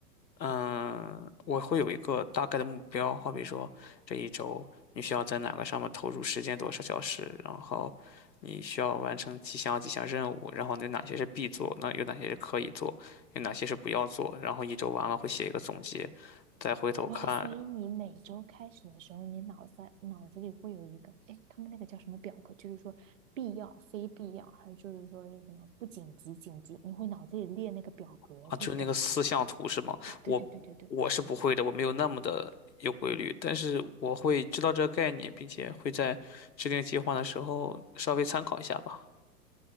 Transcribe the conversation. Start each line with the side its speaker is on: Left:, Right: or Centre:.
Left: 嗯，我会有一个大概的目标，好比说这一周你需要在哪个上面投入时间多少小时，然后你需要完成几项几项任务，然后有哪些是必做，那有哪些是可以做，有哪些是不要做，然后一周完了会写一个总结，再回头看。
Right: 哇，所以你每周开始的时候，你脑子脑子里会有一个，哎，他们那个叫什么表格？就是说必要、非必要，还有就是说那什么不紧急、紧急，你会脑子里列那个表格，
Left: 啊，
Right: 所以感觉，
Left: 就是那个四象图是吗？
Right: 啊，对对对对对，
Left: 我我是不会的，我没有那么的有规律，但是我会知道这个概念，并且会在制定计划的时候稍微参考一下吧。